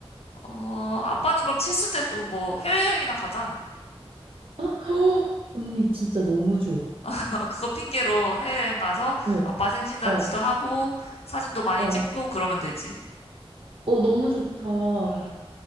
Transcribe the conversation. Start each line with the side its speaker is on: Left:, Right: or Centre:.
Left: 어, 아빠는 그럼 칠순 때 또 뭐 해외여행이나 가자.
Right: 아, <gasps> 헉! 언니 진짜 너무 좋아.
Left: <laughs> 그거 핑계로 해외여행 가서
Right: 어,
Left: 아빠 생신잔치도
Right: 어,
Left: 하고 사진도 많이
Right: 어,
Left: 찍고 그러면 되지.
Right: 어 너무 좋다.
Left: 음.